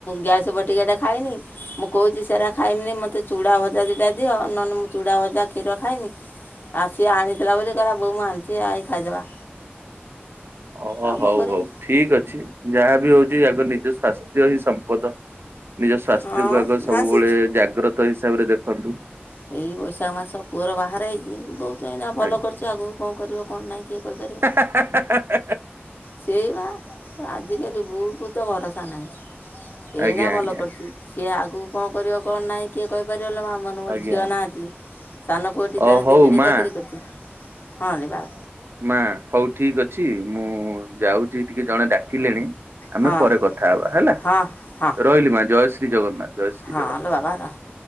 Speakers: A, on the left; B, on the right.
A: ଗ୍ୟାସ୍ ବ ଟିକେଟା ଖାଇଏନି। ମୁଁ କହୁଛି ସେଟା ଖାଇମିନି ମତେ ଚୁଡ଼ା ଭଜା ଦିଟା ଦିଅଉ ନହେଲେ ମୁଁ ଚୁଡ଼ା ଭଜା କ୍ଷୀର ଖାଇନି। ଆଉ ସିଏ ଆଣିଥିଲା ବୋଲି କହିଲା ବୋଉ ମୁଁ ଆଣିଛି ଏଇ ଖାଇଦେବା।
B: ଓ
A: ଆଉ କ'ଣ
B: ହଉ
A: କରିମି
B: ହଉ ଠିକ ଅଛି ଯାହା ବି ହଉଛି ଆଗ ନିଜ ସ୍ୱାସ୍ଥ୍ୟ ହିଁ ସମ୍ପଦ। ନିଜ ସ୍ୱାସ୍ଥ୍ୟକୁ
A: ହଁ
B: ଆଗ ସବୁବେଳେ
A: ନା ସେ
B: ଜାଗ୍ରତ ହିସାବରେ ଦେଖନ୍ତୁ।
A: ସେଇ ବୈଶାଖ ମାସ ପୁଅର ବାହାରେ ହେଇଛି ବହୁତ ତ ଏହିଁନା ଭଲ
B: ଆଜ୍ଞା।
A: କରିଛଛି ଆଗକୁ କଣ କରିବ କଣ ନାହିଁ କିଏ କହିପାରିବ।
B: <inaudible>
A: ସେଇବା ଆଜିକାଲି ବୋକୁ ତ ଭରସା ନାହିଁ ଏଇନା
B: ଆଜ୍ଞା
A: ଭଲ
B: ଆଜ୍ଞା
A: କରିଛି। କିଏ ଆଗକୁ କଣ କରିବ କଣ ନାହିଁ କିଏ କହିପାରିବ ନା ଆମର ମୋର
B: ଆଜ୍ଞା
A: ଝିଅ
B: ଆଜ୍ଞା
A: ନାହାନ୍ତି ସାନ ପୁଅଟି
B: ଅ
A: ତାର
B: ହଉ
A: ଦିଲ୍ଲୀରେ
B: ମା
A: ଚାକିରି କରିଛି ହଁ ବାବା।
B: ମା ହଉ ଠିକ ଅଛି ମୁଁ ଯାଉଛି ଟିକେ ଜଣେ ଡାକିଲେଣି। ଆମେ
A: ହଁ
B: ପରେ କଥା ହବା ହେଲା
A: ହଁ ହଁ
B: ରହିଲି ମା ଜୟ ଶ୍ରୀ ଜଗନ୍ନାଥ। ଜୟ ଶ୍ରୀ
A: ହଁ
B: ଜଗନ୍ନାଥ।
A: ହଲୋ ବାବା ର